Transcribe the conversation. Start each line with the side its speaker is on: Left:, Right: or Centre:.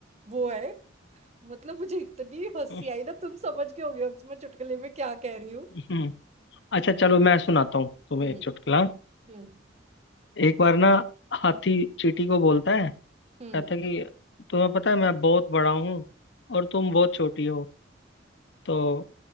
Right: वो है मतलब मुझे इतनी हंसी
Left: <laughs>
Right: आई ना तुम समझ के होगे अब मैं चुटकुले में क्या कह रही हूँ
Left: हम्म, अच्छा चलो मैं सुनाता हूँ तुम्हें
Right: हम्म
Left: एक चुटकुला
Right: हम्म
Left: एक बार ना हाथी चींटी को बोलता है
Right: हम्म
Left: कहता है कि तुम्हें पता है मैं बहुत बड़ा हूँ और तुम बहुत छोटी हो तो